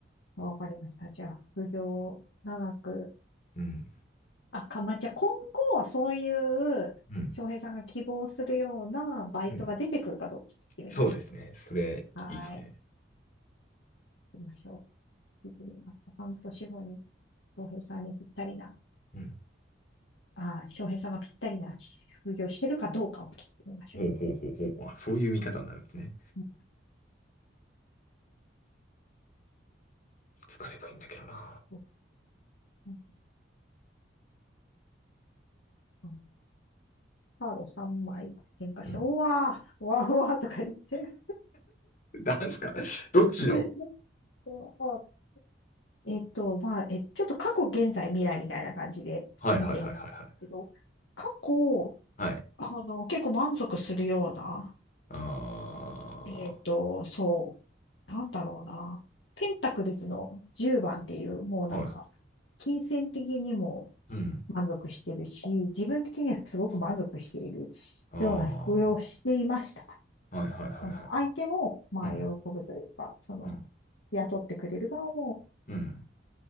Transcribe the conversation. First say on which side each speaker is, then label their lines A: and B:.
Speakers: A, on the left; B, on the left.
A: わかりました。じゃあ、副業長く
B: うん。
A: あ、か、まあ、じゃあ今後はそういう、
B: うん。
A: 翔平さんが希望するようなバイトが出てくるかどうか聞いてみましょ
B: うん。そうですね。それ、
A: う。はい。
B: いいですね。
A: 行きましょう。聞いてみます。半年後に、翔平さんにぴったりな、
B: うん。
A: あ、翔平さんがぴったりな副業してるかどうかを聞いてみましょ
B: ほうほうほうほう。あ、そういう見方になるんですね。
A: う。うん
B: 疲ればいいんだけどな。
A: うんうんカード3枚展開して、
B: うん。
A: うわー、うわー、うわーとか言って。
B: なんすか <laughs> どっちの
A: <laughs> そうあえっと、まあ、え、ちょっと過去、現在、未来みたいな感じで見てみたんですけど、
B: はいはいはいはいは
A: 過去、
B: い。はい。
A: あの、結構満足するような、
B: あ
A: えっと、そう、なんだろうな。ペンタクルズの10番っていう、もうなんか、
B: ー、はい。
A: 金銭的にも
B: うん。
A: 満足してるし、自分的にはすごく満足しているような服用をしていました。
B: あー、はいはいはいは
A: 本当、相手も、まあ、
B: い。うん。
A: 喜ぶというか、その、
B: うん。
A: 雇ってくれる側も、
B: うん。